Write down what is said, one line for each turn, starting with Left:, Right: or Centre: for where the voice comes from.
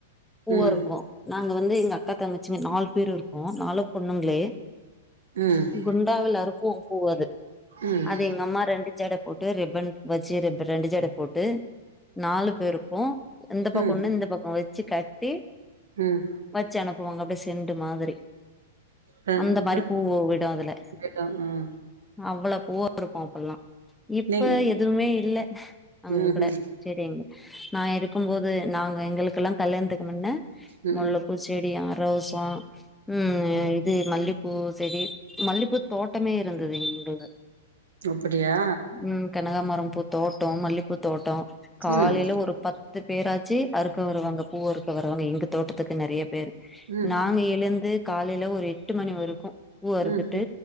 Centre: பூவா
Right: ம் ம்
Centre: இருக்கும் நாங்க வந்து எங்க அக்கா தங்கச்சிங்க நாலு பேர் இருக்கோம் நாலும் பொண்ணுங்ளே
Right: ம்
Centre: குண்டாவுல் இருக்கும் பூ அது
Right: ம்
Centre: அது எங்க அம்மா ரெண்டு சட போட் டு ரிப்பன் வச்சு ரெண்டு ரெண்டு சட போட்டு நாலு பேருக்கும் இந்த
Right: ம்
Centre: பக்
Right: ம்
Centre: இந்த பக்கொம் வச்சு கட்டி
Right: ம்
Centre: வச்சு அனுப்புவாங்க அப்டியே செண்டு மாதிரி
Right: டன்
Centre: அந்த மாரி
Right: டன்
Centre: பூவு விடு அதுல
Right: போய்ட்டோம். ம்
Centre: அவ்ளோ பூவா இருக்கு அப்பில்லா இப்ப
Right: நீங்
Centre: எதுமே இல்ல அங்க
Right: ம்ஹூம்
Centre: கூட சேரிங்க நா இருக்கு போது நாங்க எங்களுக்கெல்லா கல்யாணத்துக்கு முன்ன
Right: ம்ம்
Centre: மொல்லப் பூ செடி ஆ ரோஸ் வா ம் இது மல்லிப்பூ செடி மல்லிப்பூ தோட் டமே இருந்தது எங்க இது
Right: அப்டியா
Centre: ம் கனகாமரம் பூ தோட்டோ மல்லிப்பூ தோட்டோ காலேல
Right: ம்
Centre: ஒரு பத்து பேராச் சி அறுக்க வருவாங்க பூ அறுக்க வருவாங்க எங்க தோட்டத்துக்கு நெறய பேர்
Right: ம்
Centre: நாங்க எழுந்து காலேல ஒரு எட்டு மணி வருக்கு பூ அறுத்துட்டு
Right: ம்